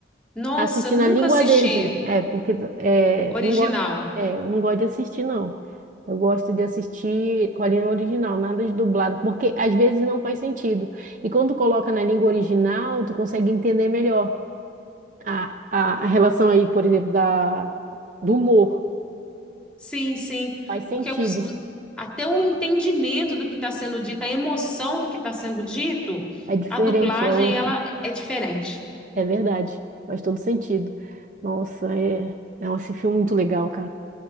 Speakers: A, in the centre; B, on the right.
A: Nossa,
B: Assistir
A: nunca
B: na língua
A: assisti
B: deles, né? É, porque é,
A: original.
B: não gosto, é, eu não gosto de assistir, não. Eu gosto de assistir com a língua original, nada de dublado, porque às vezes não faz sentido. E quando tu coloca na língua original, tu consegue entender melhor a, a, a relação aí, por exemplo, da, do humor.
A: Sim, sim.
B: Faz sentido.
A: Porque os- o- até o entendimento do que está sendo dito, a emoção do que está sendo dito,
B: É diferente,
A: a dublagem
B: é outra.
A: ela é diferente.
B: É verdade. Faz todo sentido. Nossa, é. Nossa, esse filme é muito legal, cara.